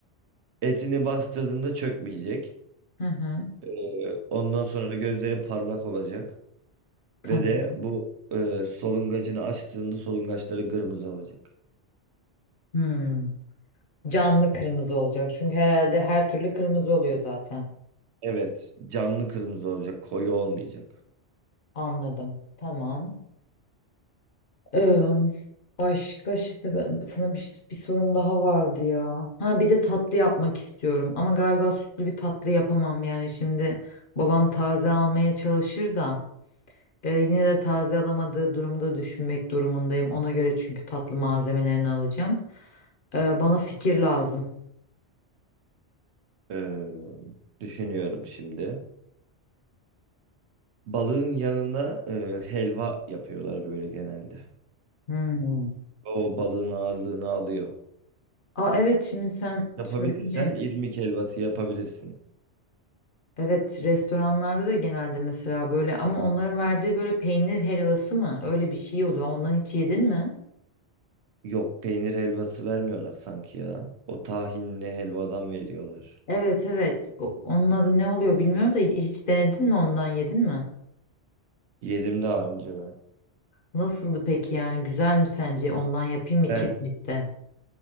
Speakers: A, on the right; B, on the left.
A: Etini bastırdığında çökmeyecek.
B: Hı hı.
A: Ee, ondan sonra gözleri parlak olacak.
B: Tamam.
A: Ve de bu e, solungacını açtığında solungaçları kırmızı olacak.
B: Hmm. Canlı kırmızı olacak çünkü herhalde her türlü kırmızı oluyor zaten.
A: Evet. Canlı kırmızı olacak. Koyu olmayacak.
B: Anladım. Tamam. Ee, başka şimdi ben- sana bir, bir sorum daha vardı ya. Ha bir de tatlı yapmak istiyorum ama galiba sütlü bir tatlı yapamam yani şimdi babam taze almaya çalışır da e, yine de taze alamadığı durumu da düşünmek durumundayım. Ona göre çünkü tatlı malzemelerini alacağım. Ee, bana fikir lazım.
A: Ee, düşünüyorum şimdi. Balığın yanına e, helva yapıyorlar böyle genelde.
B: Hmm.
A: O balığın ağırlığını alıyor.
B: Aa evet şimdi sen
A: Yapabilirsen
B: söyleyince
A: irmik helvası yapabilirsin.
B: evet restoranlarda da genelde mesela böyle ama onların verdiği böyle peynir helvası mı öyle bir şey oluyor. Ondan hiç yedin mi?
A: Yok peynir helvası vermiyorlar sanki ya. O tahinli helvadan veriyorlar.
B: Evet evet. O- onun adı ne oluyor bilmiyorum da hiç denedin mi ondan yedin mi?
A: Yedim daha önce ben.
B: Nasıldı peki yani güzel mi sence? Ondan yapayım mı
A: Ben
B: kirmitte?